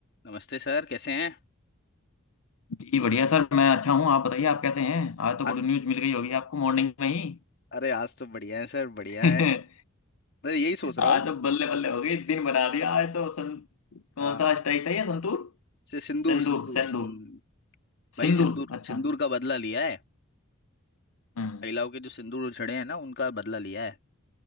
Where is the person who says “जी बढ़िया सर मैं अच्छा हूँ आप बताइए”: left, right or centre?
Left